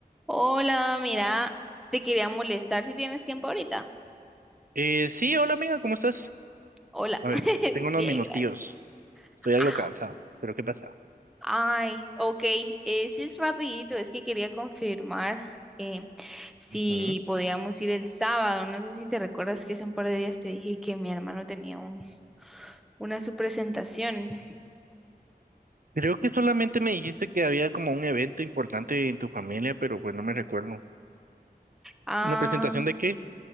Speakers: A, in the centre; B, on the right (about 60°).
A: Hola, mira, te quería molestar si tienes tiempo ahorita.
B: Eh, sí, hola amiga, ¿cómo estás?
A: Hola,
B: A ver,
A: <laughs>
B: tengo unos
A: bien,
B: minutillos.
A: gracias.
B: Estoy algo
A: Ah,
B: cansado, pero ¿qué pasa?
A: Ay, ok, eh, sí es rapidito, es que quería confirmar eh, si
B: Ujú.
A: podíamos ir el sábado. No sé si te recuerdas que hace un par de días te dije que mi hermano tenía un- una su presentación.
B: Creo que solamente me dijiste que había como un evento importante en tu familia, pero pues no me recuerdo.
A: Ah,
B: ¿Una presentación de qué?